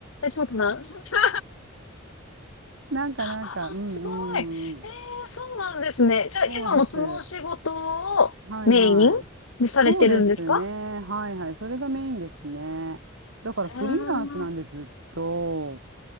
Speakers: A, on the left; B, on the right.
A: え、ちょっと待ってな。
B: なんかなんか、
A: あ、
B: うんう
A: すごい。ええそうなんですね。
B: んうん、
A: じゃあ、今もそのお仕事
B: そうです。
A: をメインでされてるんですか
B: はいはい。そうですね。はいはい。それがメインですね。だからフリーランスなんでずっと、
A: えー。